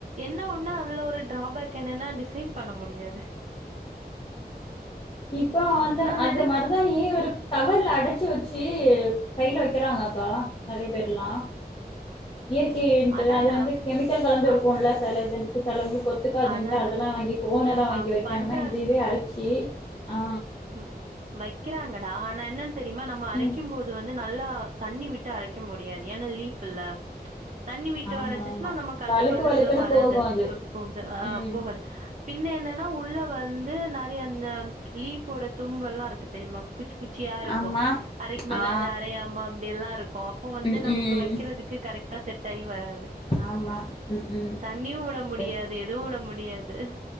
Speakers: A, on the right; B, on the left.
A: என்ன ஒண்ணு அதுல ஒரு டிராபேக் என்னன்னா டிசைன் பண்ண முடியாது
B: இப்போ அந்த
A: நான்
B: அந்த
A: நெனைப்
B: மருதாணி ஏ ஒரு கவர்ல அடைச்சு வச்சு கைல வைக்கிறாங்க அக்கா நெறைய பேர்லாம் இயற்கையின்ட்டு
A: அதான்டா
B: அது வந்து கெமிக்கல் கலந்து
A: அ
B: இருக்குன்ல செல இது செலது கொத்துக்காதுன்ட்டு
A: அதான்டா
B: அதெல்லா வாங்கி கோன் எல்லா வாங்கி
A: அ
B: வைக்காம
A: பண்றாங்க
B: இதவே அரைச்சி ஆ
A: ம் வக்கிறாங்க தானன் தெரியுமா நம்ம அரைக்கும்
B: ம்
A: போது வந்து நல்லா தண்ணி விட்டு அரைக்க முடியாது ஏன்னா லீப் இல்ல தண்ணி விட்டு
B: ஆமா
A: அரைச்சுன்னா
B: ஆமா
A: நமக்கு அந்த
B: வழுக்கு
A: பதத்துல
B: வழுக்குன்னு
A: வராது
B: போகு அது
A: போகுது ஆ
B: ம்
A: போகாது பின்ன என்னன்னா உள்ள வந்து நெறய அந்த லீஃப் ஓட தும்ப எல்லா இருக்கு தெரியுமா குச்சி குச்சியா இருக்கும்
B: ஆமா
A: அரைக்கும் போது
B: ஆ
A: அது அரையாம அப்டி எல்லாருக்கு கோம் அப்ப வந்து
B: ம்
A: நமக்கு
B: ம்
A: வைக்கிறதுக்கு கரெக் டா செட் ஆயி வராது
B: ஆமா ம் ம்
A: தண்ணியும உட
B: கரெக்ட்டு
A: முடியாது எதுவு உட முடி முடியாது